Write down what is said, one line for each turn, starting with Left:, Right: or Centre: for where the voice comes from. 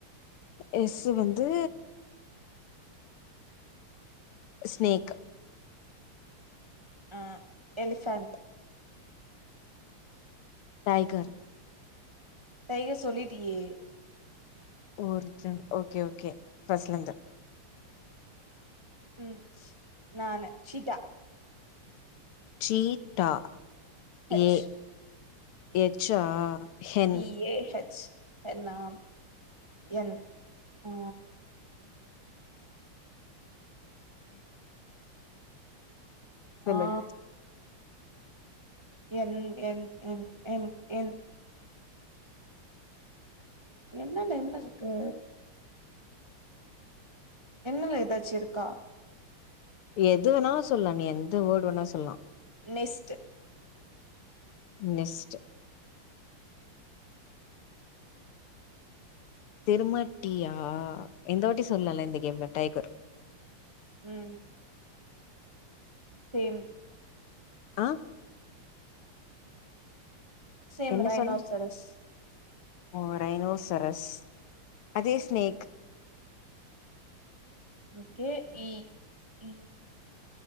Left: எஸ்ஸு வந்து ஸ்நேக்
Right: அ எலிஃபேன்ட்
Left: டைகர்
Right: டைகர் சொல்லிட்டியே
Left: ஓர்ஜன் ஓகே ஓகே ஃபர்ஸ்ட்லந்து
Right: ம் நானு சீட்டா
Left: சீட்டா
Right: ஹெச்
Left: ஏ எச்சா ஹென்
Right: டி ஏ ஹெச் என்னாம் என் அ
Left: சொல்லு
Right: ஆ என் என் என் என் என் என்னன என்ன இருக்கு என்னுல எதாச்சு இருக்கா
Left: எதுனாலூ சொல்லா நீ எந்த வேர்டு வேணாலு சொல்லா
Right: நெஸ்ட்
Left: நெஸ்ட்டு திரும டீயா எந்த வாட்டி
Right: ம்
Left: சொல்லால்ல இந்த கேம்ல டைகர்
Right: ம் சேரன்
Left: ஆ
Right: சேம்
Left: என்ன
Right: ரைனோசரஸ்
Left: சொன்ன ஓ ரைனோசரஸ் அதே ஸ்நேக்
Right: ஓகே இ இ